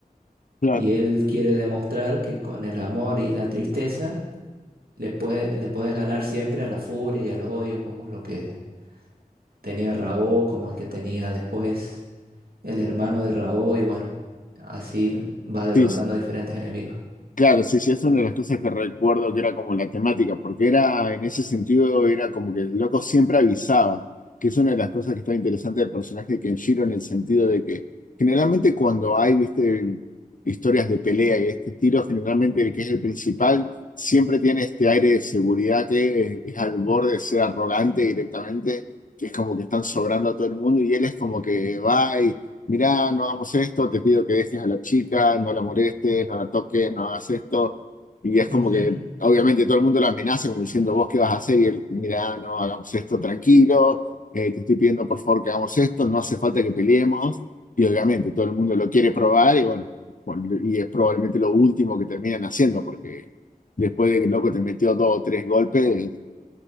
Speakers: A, on the left; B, on the right.
A: Claro,
B: Y él quiere demostrar que con el amor y la tristeza le, puede, le puedes ganar siempre a la furia y al odio, como lo que tenía Raoh, como el que tenía después el hermano de Raoh, y bueno, así va derrotando
A: sí,
B: a diferentes enemigos.
A: Claro, sí, sí, es una de las cosas que recuerdo que era como la temática, porque era, en ese sentido, era como que el loco siempre avisaba, que es una de las cosas que está interesante del personaje de Kenshiro, en el sentido de que generalmente cuando hay, viste, historias de pelea y este estilo, generalmente el que es el principal siempre tiene este aire de seguridad que es, es al borde de ser arrogante directamente, que es como que están sobrando a todo el mundo y él es como que va mirá, no hagamos esto, te pido que dejes a la chica, no la molestes, no la toques, no hagas esto. Y es
B: Ujú.
A: como que, obviamente, todo el mundo la amenaza como diciendo, vos qué vas a hacer, y él, mirá, no hagamos esto, tranquilo, eh, te estoy pidiendo por favor que hagamos esto, no hace falta que peleemos. Y obviamente todo el mundo lo quiere probar y bueno, y es probablemente lo último que terminan haciendo, porque después de que el loco te metió dos o tres golpes,